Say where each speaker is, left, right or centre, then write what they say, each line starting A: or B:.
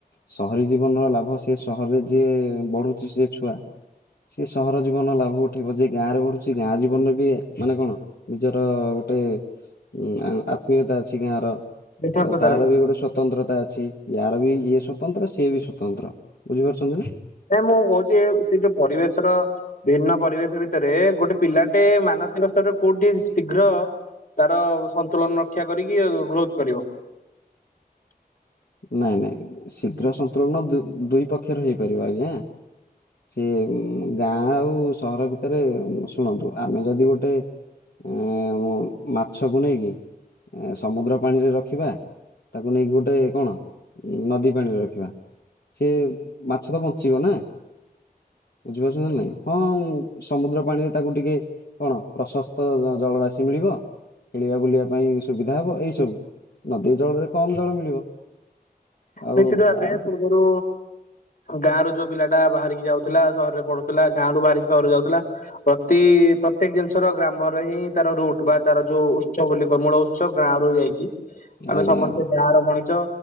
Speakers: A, on the left; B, on the left.
A: ସହରୀ ଜୀବନର ଲାଭ ସେ ସହରରେ ଯିଏ ବଢୁଛି ସେି ଛୁଆ ସିଏ ସହର ଜୀବନର ଲାଭ ଉଠେଇବ ଯିଏ ଗାଁ ରେ ବଢୁଛି ଗାଁ ଜୀବନରେ ବି ମାନେ କଣ ନିଜର ଗୋଟେ ଉଁ ଆତ୍ମୀୟତା ଅଛି ଗାଁର
B: ଯଥାର୍ଥତା
A: ତ ତାର
B: ରହିଛି
A: ବି ଗୋଟେ ସ୍ଵତନ୍ତ୍ରତା ଅଛି। ୟାର ବି ଇଏ ସ୍ଵ ସ୍ୱତନ୍ତ୍ର ସିଏ ବି ସ୍ୱତନ୍ତ୍ର ବୁଝିପାରୁଚନ୍ତି ନା?
B: ଏ ମୁଁ କହୁଚି ସେ ଯଉ ପରିବେଶ ର ଭିନ୍ନ ପରିବେଶ ଭିତରେ ଗୋଟେ ପିଲାଟେ ମାନସିକ ସ୍ତରରେ କଉଠି ଶୀଘ୍ର ତାର ସନ୍ତୁଳନ। ରକ୍ଷା କରିକି ଗ୍ରୋଥ କରିବ।
A: ନାଇଁ ନାଇଁ ଶୀଘ୍ର ସନ୍ତୁଳନ ଦୁଇ ଦୁଇ ପକ୍ଷରେ ହେଇପାରିବ ଆଜ୍ଞା। ସିଏ ଗାଁ ଆଉ ସହର ଭିତରେ ଶୁଣନ୍ତୁ ଆମେ ଯଦି ଗୋଟେ ଉଁ ମାଛକୁ ନେଇକି ଏ ସମୁଦ୍ର ପାଣିରେ ରଖିବା ତାକୁ ନେଇକି ଗୋଟେ କଣ ନଦୀ ପାଣିରେ ରଖିବା। ସେ ମାଛ ତ ବଞ୍ଚିବ ନା। ବୁଝିପାରୁଚନ୍ତି ନା ନାଇଁ। ହଁ ମୁଁ ସମୁଦ୍ର ପାଣିରେ ତାକୁ ଟିକେ କଣ ପ୍ରଶସ୍ତ ଜଳରାଶି ମିଳିବ ଖେଳିବା ବୁଲିବା ପାଇଁ ସୁବିଧା ହେବ। ଏଇସବୁ ନଦୀ ଜଳରେ କମ୍ ଜଳ ମିଳିବ। ଆଉ
B: ନିଶ୍ଚିତ ଭାବେ
A: ଆଉ
B: ପୂର୍ବରୁ ଗାଁ ରୁ ଯଉ ପିଲାଟା ବାହାରିକି ଯାଉଥିଲା ସହରରେ ପଢୁଥିଲା ଗାଁ ରୁ ବାହାରିକି ସହର ଯାଉଥିଲା। ପ୍ରତି ପ୍ରତ୍ୟେକ ଜିନିଷର ଗ୍ରାମରେ ହିଁ ତାର ରୁଟ ବା ତାର ଯଉ ଉତ୍ସ ବୋଲି କମୂଳ ଉତ୍ସ ଗାଁ ରୁ ୟେ ହେଇଚି।
A: ଆଜ୍ଞା
B: ଆମେ ସମସ୍ତେ
A: ଆଜ୍ଞା।
B: ଗାଁ ର ମଣିଷ।